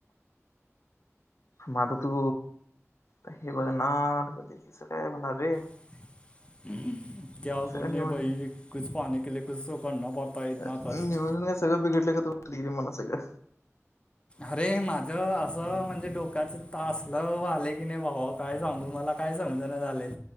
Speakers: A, on the left; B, on the left.
A: म आता तू हे बघणार का? ते कस काय होणार रे?
B: <unintelligible> क्या
A: सगळं
B: करणे,
A: नियोजन
B: भाई कुछ पाने के लिए कुछ तो करना पडता है. इतना
A: अ
B: कष्ट
A: न नियोजन काय सगळं, बिघडल्यागत वाटालय की मला सगळं.
B: अरे माझं असं म्हणजे, डोक्याच तासलं व्हालय की, नाही भावा काय सांगू मला काय समजना झालय